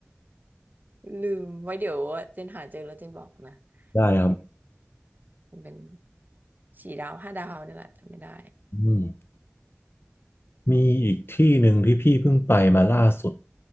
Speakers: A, on the right (about 45°); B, on the left (about 60°).
A: ลืมไว้เดี๋ยวเจนหาเจอแล้วเจนบอกนะ
B: ได้ครับ
A: เออ มันเป็นสี่ดาวห้าดาวนี่แหละจำไม่ได้
B: อืมมีอีกที่หนึ่งที่พี่เพิ่งไปมาล่าสุด